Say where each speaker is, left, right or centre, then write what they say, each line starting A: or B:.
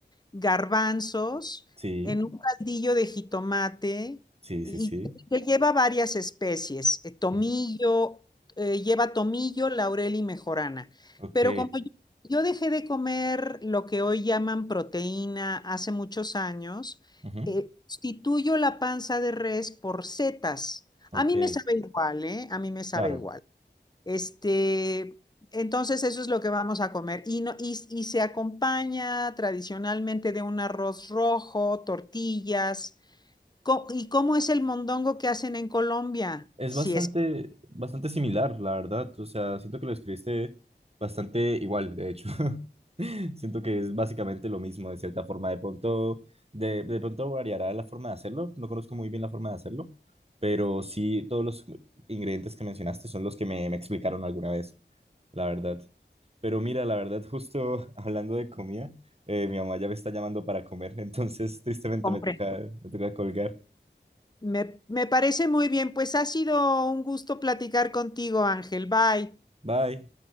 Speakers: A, on the left; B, on the right.
A: garbanzos
B: Sí,
A: en un caldillo de jitomate
B: sí,
A: y
B: sí, sí.
A: que lleva varias especies, eh, tomillo,
B: ujú,
A: eh, lleva tomillo, laurel y mejorana.
B: Ok.
A: Pero como yo, yo dejé de comer lo que hoy llaman proteína hace muchos años,
B: ujú,
A: eh, sustituyo la panza de res por setas.
B: Ok.
A: A mí me sabe igual, ¿eh? A mí me sabe
B: Claro.
A: igual. Este, entonces eso es lo que vamos a comer. Y, no, y, y se acompaña tradicionalmente de un arroz rojo, tortillas. ¿Y cómo es el mondongo que hacen en Colombia?
B: Es
A: Si
B: bastante,
A: es que
B: bastante similar, la verdad. O sea, siento que lo escribiste bastante igual, de hecho. <laughs> Siento que es básicamente lo mismo, de cierta forma. De pronto, de, de pronto variará la forma de hacerlo. No conozco muy bien la forma de hacerlo, pero sí todos los ingredientes que mencionaste son los que me, me explicaron alguna vez, la verdad. Pero mira, la verdad, justo <laughs> hablando de comida, eh, mi mamá ya me está llamando para comer, <laughs> entonces tristemente
A: compren.
B: me toca, me toca colgar.
A: Me, me parece muy bien. Pues ha sido un gusto platicar contigo, Ángel. Bye.
B: Bye.